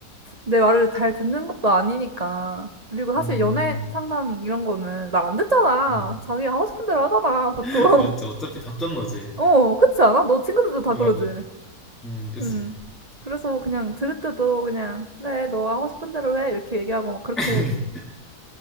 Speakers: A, on the right; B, in the centre.
A: 내 말을 잘 듣는 것도 아니니까. 그리고 사실
B: 음,
A: 연애 상담 이런 거는 말 안 듣잖아.
B: 음.
A: 자기가 하고 싶은 대로 하잖아, 보통.
B: <laughs>
A: <laughs>
B: 맞지. 어차피 답장 너지.
A: 어, 그치 않아? 너 친구들도 다
B: 맞아.
A: 그러지.
B: 음, 그치.
A: 음. 그래서 그냥 들을 때도 그냥 그래 너가 하고 싶은 대로 해 이렇게 얘기하고 막 그렇게
B: <laughs>